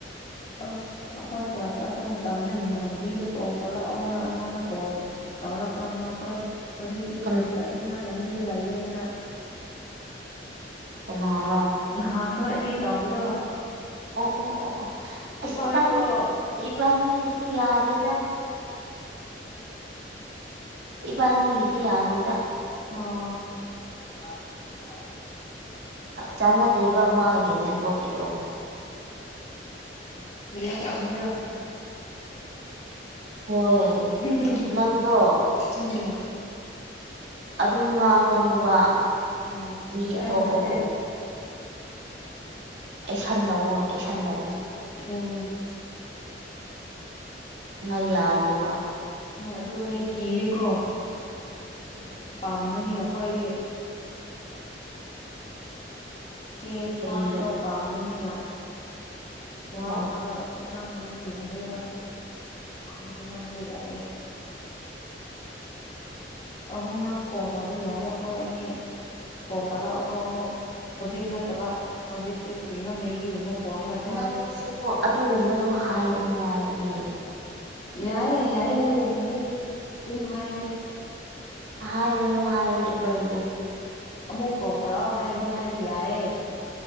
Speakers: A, on the left (about 40°); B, on the right (about 80°).
A: ꯑꯁ ꯑꯩꯈꯣꯏ ꯆꯔꯖ ꯆꯠꯄ ꯃꯇꯝꯗ ꯏꯃꯥꯟꯅꯕꯤꯗ ꯀꯣꯜ ꯇꯥꯛꯂꯛꯑꯣꯅ ꯑꯩꯉꯣꯟꯗ ꯀꯣꯜ ꯇꯧꯔꯄ ꯑꯃ ꯑꯩꯈꯣꯏ ꯍꯧꯖꯤꯛꯇꯤ
B: ꯀꯟ
A: ꯆꯔ꯭ꯖ ꯆꯠꯅꯤꯉꯥꯏ ꯂꯝꯕꯤꯗ ꯂꯩꯌꯦꯅ
B: ꯀꯅꯥ
A: ꯅꯍꯥꯟ ꯅꯣꯏ ꯑꯅꯤ ꯇꯥꯎꯕꯗꯣ
B: ꯑꯣ ꯑꯣ ꯑꯣ ꯑꯣ ꯑꯁ
A: ꯄꯥꯏꯈ꯭ꯔꯣ
B: ꯏꯕꯥꯅꯤ ꯏꯕꯥꯅꯤꯒꯤꯗꯤ ꯌꯥꯗꯦꯗ ꯏꯕꯅꯤꯒꯤꯗꯤ ꯌꯥꯗꯦꯗ
A: ꯑꯣ
B: ꯆꯥꯟꯅꯗꯦꯕ ꯃꯥꯒꯤ ꯅꯦꯠꯋꯥꯛꯀꯤꯗꯣ
A: ꯌꯦ ꯇ꯭ꯔꯥ ꯌꯥꯥ
B: ꯍꯣꯏ
A: <unintelligible>
B: ꯅꯪꯗꯣ
A: ꯎꯝ <unintelligible>
B: ꯑꯗꯨꯝ ꯉꯥꯡꯒꯅꯨꯕ
A: ꯎꯝ
B: ꯃꯤ ꯑꯇꯣꯞꯄꯕꯨ
A: ꯑꯩꯅ ꯅꯠꯇꯦ
B: ꯑꯦꯛ ꯁꯟꯇꯧꯑꯣ ꯑꯩꯛ ꯁꯟꯗꯧꯑꯣ
A: ꯎꯝ
B: ꯉ ꯌꯥꯗꯦꯕ
A: ꯑꯗꯨꯒꯅꯦ ꯀꯤꯌꯦꯀꯣ
B: ꯎꯝ
A: ꯄꯥꯝꯕꯅꯤꯅ ꯍꯣꯏꯗꯤ ꯆꯦ
B: ꯀꯔꯤꯔ
A: ꯄꯥꯛꯇꯣ ꯄꯥꯝꯕꯅꯤꯅ ꯋꯥꯒꯨꯝꯕ
B: ꯍꯣꯏ
A: ꯁꯨꯝ ꯉꯥꯡ ꯉꯥꯡꯕ ꯌꯥꯔꯦꯕ ꯑ ꯉꯥꯡꯕ ꯌꯥꯔꯦ ꯑꯍꯨꯝꯔꯛ ꯀꯣꯜ ꯇꯩꯕ ꯌꯥꯔꯦ ꯑꯩꯈꯣꯏ ꯑꯅꯤ ꯀꯣꯜ ꯇꯥꯔꯛꯎꯀꯣ ꯑꯃꯨꯛ ꯍꯧꯖꯤꯛ ꯅꯠꯇꯕ ꯍꯧꯖꯤꯛꯁꯦ ꯀꯔꯤꯅꯣ ꯃꯦꯒꯤꯒꯨꯝꯕ ꯊꯣꯡꯉꯒ ꯆꯥꯒꯦ
B: ꯅꯪꯁꯨꯀꯣ ꯑꯗꯨꯒꯨꯝꯕꯗꯣ ꯍꯥꯏꯒꯅꯨ ꯍꯥꯏꯕꯅꯦ
A: ꯌꯥꯏꯌꯦ ꯌꯥꯏꯌꯦ ꯑꯗꯨꯒꯨꯝꯕꯗꯤ ꯑꯗꯨꯝ ꯍꯥꯏꯌꯦ
B: ꯍꯥꯏꯒꯅꯣ ꯍꯥꯏꯕꯒꯤꯅꯦ
A: ꯑꯃꯨꯛ ꯀꯣꯜ ꯇꯧꯔꯣ ꯍꯥꯏꯕꯗꯤ ꯍꯥꯏꯕ ꯌꯥꯏꯌꯦ